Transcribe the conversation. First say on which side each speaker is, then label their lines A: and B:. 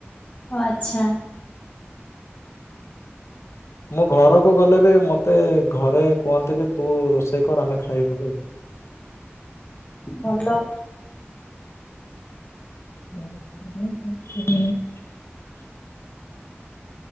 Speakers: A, on the left; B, on the left.
A: ଓ ଆଚ୍ଛା!
B: ମୁଁ ଘରକୁ ଗଲେ ବି ମତେ ଘରେ କୁହନ୍ତି ଯେ ତୁ ରୋଷେଇ କର ଆମେ ଖାଇବୁ।
A: ଭଲ।
B: <inaudible>